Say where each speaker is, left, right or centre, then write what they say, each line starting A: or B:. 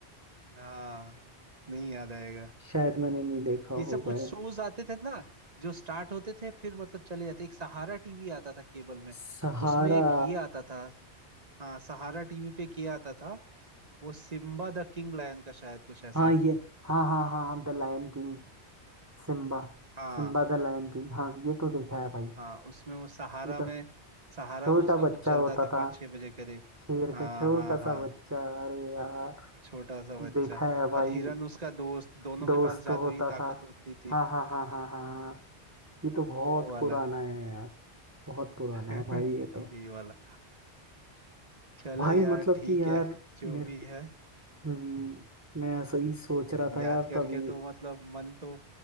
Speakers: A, on the right (about 35°); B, on the right (about 15°).
A: हाँ नहीं याद आएगा
B: शायद मैंने नहीं देखा होगा
A: ये सब कुछ
B: ये
A: शोज आते थे ना जो स्टार्ट होते थे फिर मतलब चले जाते एक सहारा टीवी आता था केबल में
B: सहारा
A: उसमें एक ये आता था हाँ सहारा टीवी पे किया आता था वो सिम्बा द किंग लायन का शायद कुछ ऐसा
B: हाँ ये हाँ हाँ हाँ हाँ the lion king Simba
A: हाँ
B: Simba the lion king हाँ ये तो देखा है भाई
A: हाँ उसमें वो सहारा
B: ये तो
A: में सहारा
B: छोटा
A: में उसका कुछ
B: बच्चा
A: चलता
B: होता
A: था
B: था
A: पाँच छह बजे करीब
B: शेर
A: हाँ
B: का छोटा
A: हाँ हाँ
B: सा बच्चा अरे यार
A: छोटा सा बच्चा
B: देखा है
A: और
B: भाई
A: हिरन उसका दोस्त दोनों
B: दोस्त
A: के पास जादुई
B: तो होता
A: ताकत
B: था
A: होती थी
B: हाँ हाँ हाँ हाँ हाँ ये तो बहुत
A: वो वाला
B: पुराना है यार बहुत पुराना
A: <laughs>
B: है भाई ये तो
A: यही वाला चलो
B: भाई
A: यार
B: मतलब
A: ठीक
B: कि यार
A: है जो
B: मेरे
A: भी है
B: हम्म, मैं ऐसा ही सोच रहा
A: याद
B: था यार
A: करके
B: तभी
A: तो मतलब मन तो